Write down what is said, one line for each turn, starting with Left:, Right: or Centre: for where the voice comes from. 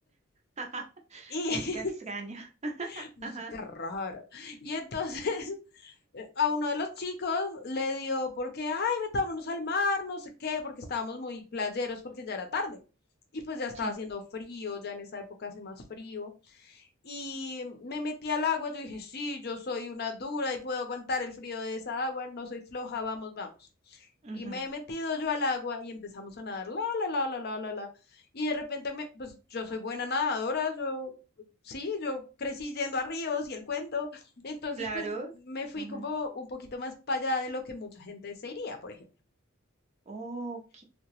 Right: <laughs>
Left: Y
Right: Música extraña. <laughs>
Left: <laughs> música
Right: Ajá,
Left: rara. Y entonces <laughs> a uno de los chicos le dio porque, ay, metámonos al mar, no sé qué, porque estábamos muy playeros porque ya era tarde. Y pues ya estaba
Right: sí.
Left: haciendo frío, ya en esa época hace más frío. Y me metí al agua, yo dije, sí, yo soy una dura y puedo aguantar el frío de esa agua, no soy floja, vamos, vamos.
Right: ujú,
Left: Y me he metido yo al agua y empezamos a nadar, la, la, la, la, la, la, la. Y de repente, me, pues yo soy buena nadadora, yo, sí, yo crecí yendo a ríos y el cuento. <laughs> Entonces,
Right: Claro.
Left: pues me fui
Right: ujú.
Left: como un poquito más para allá de lo que mucha gente se iría, por ejemplo.
Right: Ok,